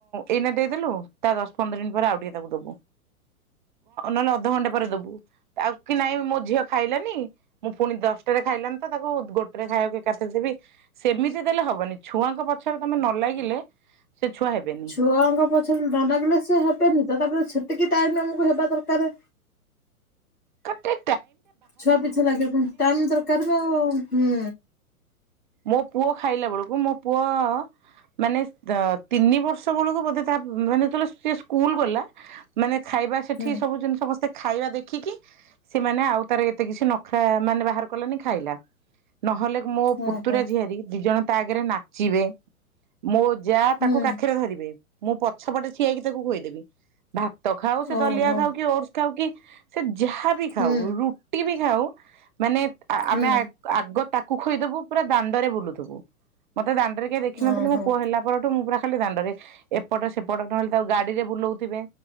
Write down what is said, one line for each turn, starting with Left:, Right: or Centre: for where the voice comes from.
Right: ଏଇନା ଦେଇଦେଲୁ ତା ଦଶ ପନ୍ଦର ମିନିଟ ପରେ ଆଉ ଟିକେ ତାକୁ ଦବୁ ନହେଲେ ଅଧଘଣ୍ଟା ପରେ ଦବୁ ଆଉ କି ନାଇଁ ମୋ ଝିଅ ଖାଇଲାନି ମୁଁ ପୁଣି ଦଶଟାରେ ଖାଇଲାନି ତ ତାକୁ ଗୋଟେରେ ଖାଇବାକୁ ଏକାଥରେ ଦେବି ସେମିତି ଦେଲେ ହବନି ଛୁଆଙ୍କ ପଛରେ ତମେ ନ ଲାଗିଲେ ସେ ଛୁଆ ହେବେନି।
Left: ଛୁଆଙ୍କ ପଛରେ ଦଣ୍ଡାଗଲେ ସେ ହେବେନି ତ ତାପରେ ସେ ଟିକେ ଟାଇମରେ ଆମକୁ ହେବା ଦରକାର
Right: କଠେ
Left: ଛୁଆ ପିଛା ଲାଗିବା କ ଟାଇମ ଦରକାର ବା ଆଉ ହୁଁ।
Right: ମୋ ପୁଅ ଖାଇଲା ବେଳକୁ ମୋ ପୁଅ ମାନେ ତିନି ବର୍ଷ ବେଳକୁ ବୋଧେ ତା ମାନେ ସେ ସ୍କୁଲ ଗଲା ମାନେ ଖାଇବା ସେଠି
Left: ହୁଁ
Right: ସବୁ ଜିନି ସମସ୍ତେ ଖାଇବା ଦେଖିକି ସେମାନେ ଆଉ ତାର ଏତେ କିଛି ନଖରା ମାନେ ବାହାର କଲାନି ଖାଇଲା। ନହେଲେ ମୋ ପୁ
Left: ଓହୋ।
Right: ତୁରା ଝଆାରୀ ଦି ଜଣ ତା ଆଗରେ ନାଚିବେ ମୋ ଯା
Left: ହୁଁ
Right: ତାକୁ କାଖିରେ ଧରିବେ ମୁଁ ପଛପଟେ ଠିଆଇକି ତାକୁ କୁଆଇଦେବି। ଭାତ ଖାଉ ସେ
Left: ଓହୋ
Right: ଦଲିଆ ଖାଉ କି ଓଟସ ଖାଉ କି ସ ଯାହା ବିି ଖାଉ
Left: ହୁଁ
Right: ରୁଟି ବି। ଆଉ। ମାନେ
Left: ହୁଁ
Right: ଆମେ ଆଗ ତା ଖୋଇଦେବୁ। ପୁରା ଦାଣ୍ଡରେ ବୁଲୁଥିବୁ। ମତେ ଦାଣ୍ଡରେ କେ କିଏ ଦେଖିନଥିଲଥିଲେ
Left: ଓହୋ।
Right: ମୋ ପୁଅ ହେଲା ପରଠୁ ମୁ ପୁରା। ଖହ ଦାଣ୍ଡରେ ଏପଟ ସେପଟ ନହେଲେ ତାକୁ ଗାଡି ରେ ବୁଲଉଥିବେ।